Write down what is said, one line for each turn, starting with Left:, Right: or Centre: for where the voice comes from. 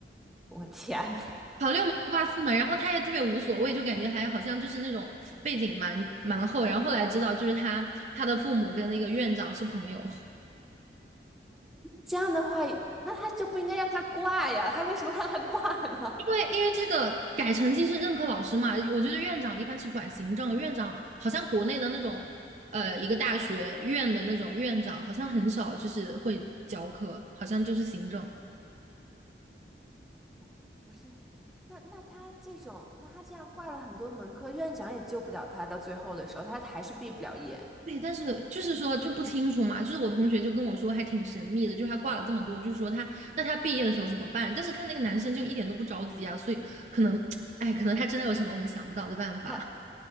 Centre: 我天呐，
Right: 好六门是挂四门，然后他也特别无所谓，就感觉还好像就是那种背景蛮蛮厚。然后后来知道，就是他他的父母跟那个院长是朋友，
Centre: 这样的话，那他就不应该让他挂呀，他为什么让他挂呢？
Right: <laughs> 因为因为这个改成绩是任课老师嘛，我觉得院长一般是管行政，院长好像国内的那种呃一个大学院的那种院长好像很少就是会教课，好像就是行政。
Centre: <laughs> 不是，那那他这种，那他这样挂了很多门课，院长也救不了他。到最后的时候，他还是毕不了业。
Right: 对，但是就是说就不清楚嘛，就是我同学就跟我说还挺神秘的，就是他挂了这么多，就是说他那他毕业的时候怎么办？但是看那个男生就一点都不着急啊，所以可能，哎，可能他真的有什么我们想不到的办法，
Centre: 他